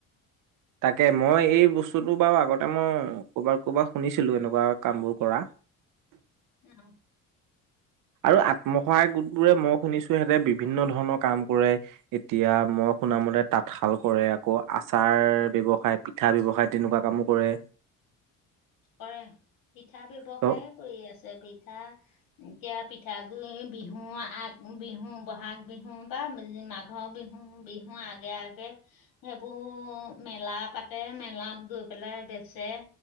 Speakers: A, on the right; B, on the left.
A: তাকে মই এই বস্তুটো বাৰু আগতে মই ক'ৰবাত ক'বাত শুনিছিলো এনেকুৱা কামবোৰ কৰা
B: উম।
A: আৰু আত্মসহায়ক গোট বোৰে মই শুনিছো সিহঁতে বিভিন্ন ধৰণৰ কাম কৰে। এতিয়া মই শুনামতে তাঁতশাল কৰে আকৌ আচাৰ ব্যৱসায় পিঠা ব্যৱসায় তেনেকুৱা কামো কৰে
B: কৰে পিঠা ব্যৱসায়ে
A: ত
B: কৰি আছে পিঠা এতিয়া পিঠাগুৰি বিহু আগ বিহু বহাগ বিহু বা মাঘৰ বিহু বিহুৰ আগে আগে সেইবোৰ মেলা পাতে মেলাত গৈ পেলাই বেচে।